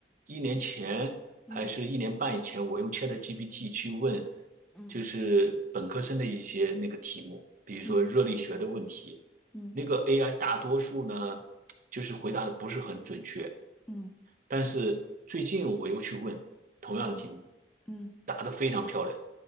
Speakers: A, on the right; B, in the centre.
A: 一年前还是一年半以前，
B: 嗯
A: 我用 ChatGPT 去问，
B: 嗯
A: 就是本科生的一些那个题目，比如说热力学的问题，
B: 嗯嗯
A: 那个 AI 大多数呢，就是回答的不是很准确。
B: 嗯
A: 但是最近我又去问同样的题目，
B: 嗯嗯，
A: 答得非常漂亮。